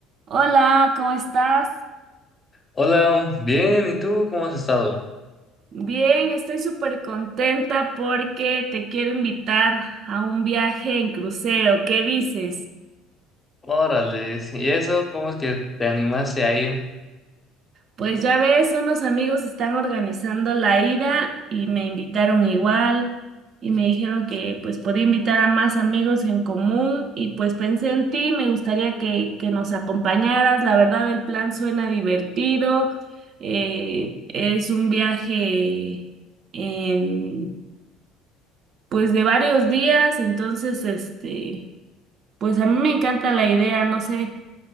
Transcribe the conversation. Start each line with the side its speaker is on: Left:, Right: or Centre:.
Right: Hola, ¿cómo estás?
Left: Hola, bien, ¿y tú cómo has estado?
Right: Bien, estoy súper contenta porque te quiero invitar a un viaje en crucero. ¿Qué dices?
Left: Órale, sí, ¿y eso cómo es que te animaste a ir?
Right: Pues ya ves, unos amigos están organizando la ida y me invitaron igual y me dijeron que pues podía invitar a más amigos en común y pues pensé en ti, me gustaría que, que nos acompañaras. La verdad, el plan suena divertido. eh, es un viaje... en pues de varios días, entonces, este, pues a mí me encanta la idea, no sé,